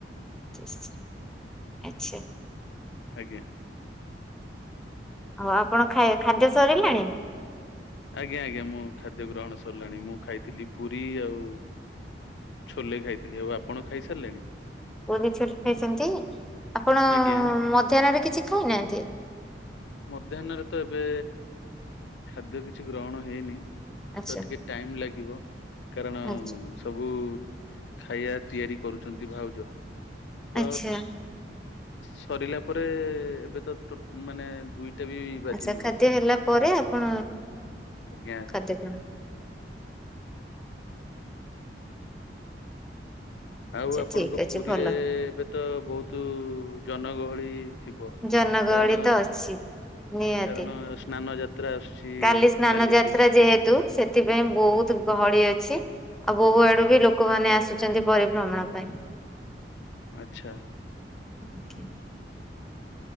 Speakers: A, in the centre; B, on the left.
A: ମଞ୍ଜୁଶ୍ରୀ ଆଚ୍ଛା।
B: ଆଜ୍ଞା।
A: ଆଉ ଆପଣ ଖାଇ ଖାଦ୍ୟ ସରିଲାଣି?
B: ଆଜ୍ଞା ଆଜ୍ଞା ମୁଁ ଖାଦ୍ୟ ଗ୍ରହଣ ସରିଲାଣି, ମୁଁ ଖାଇଥିଲି ପୁରୀ ଆଉ ଛୋଲେ ଖାଇଥିଲି। ଆଉ ଆପଣ ଖାଇସାରିଲେଣି?
A: ପୁର ଛୋଲେ ଖାଇଛନ୍ତି, ଆପଣ
B: ଆଜ୍ଞା
A: ମଧ୍ୟାହନରେ କିଛି ଖାଇନାହାନ୍ତି?
B: ମଧ୍ୟାହ୍ନରେ ତ ଏବେ ଖାଦ୍ୟ କିଛି ଗ୍ରହଣ ହେଇନି।
A: ଆଚ୍ଛା
B: ତ ଟିକେ ଟାଇମ ଲାଗିବ କାରଣ
A: ଆଚ୍ଛା
B: ସବୁ ଖାଇବା ତିଆରି କରୁଛନ୍ତି, ଭାଉଜ ତ
A: ଆଚ୍ଛା।
B: ସରିଲା ପରେ ଏବେ ତ ମାନେ- ଦୁଇଟା ବି ବାଜିିନି
A: ଆଚ୍ଛା ଖାଦ୍ୟ
B: ବୋଧେ,
A: ହେଲା ପରେ ଆପଣ
B: ଆଜ୍ଞା
A: ଖାଦ୍ୟ
B: ଆଜ୍ଞା।
A: ଗ୍ରହଣ
B: ଆଉ
A: ଆଚ୍ଛା
B: ଆପଣଙ୍କ
A: ଠିକ ଅଛି
B: ପୁରୀରେ
A: ଭଲ।
B: ଏବେ ତ ବହୁତ ଜନଗହଳି ଥିବ।
A: ଜନଗହଳି
B: କାରଣ
A: ତ ଅଛି। ନିହାତି
B: କାରଣ ସ୍ନାନ ଯାତ୍ରା ଆସୁଛି
A: କାଲି ସ୍ନାନ
B: କାଲିକି
A: ଯାତ୍ରା ଯେହେତୁ ସେଥିପାଇଁ ବହୁତ ଗହଳି ଅଛି, ଆଉ ବୋହୁ ଆଡୁ ବି ଲୋକମାନେ ଆସୁଛନ୍ତି, ପରିଭ୍ରମଣ ପାଇଁ।
B: ଆଚ୍ଛା।
A: ଆଜ୍ଞା।